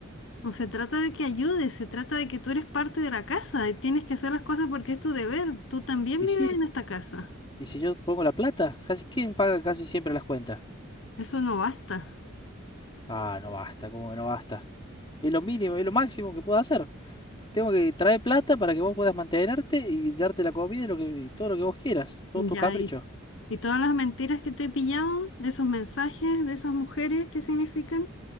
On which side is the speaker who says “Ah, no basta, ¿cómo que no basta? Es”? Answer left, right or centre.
Left